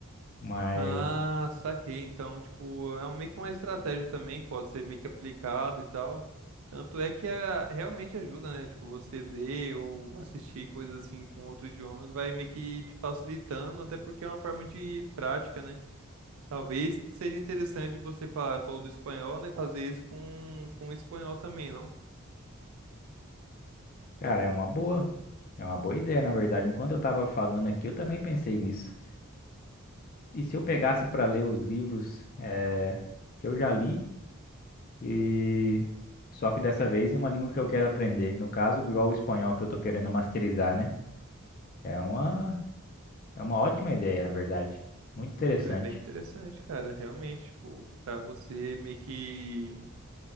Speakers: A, on the left; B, on the right.
A: Mas,
B: Ah, saquei. Então, tipo, é um- meio que uma estratégia também, pode ser meio que aplicado e tal. Tanto é que ah, realmente ajuda, né? Tipo, você ler ou assistir coisas assim com outros idiomas vai meio que te facilitando, até porque é uma forma de prática, né? Talvez seja interessante você falar, falou do espanhol, né? Fazer isso com, com o espanhol também, não?
A: cara, é uma boa. É uma boa ideia, na verdade. Enquanto eu tava falando aqui, eu também pensei nisso. E se eu pegasse para ler os livros eh, que eu já li, e só que dessa vez em uma língua que eu quero aprender. No caso, igual o espanhol que eu tô querendo masterizar, né? É uma É uma ótima ideia, na verdade. Muito interessante.
B: É bem interessante, cara. Realmente, tipo, pra você meio que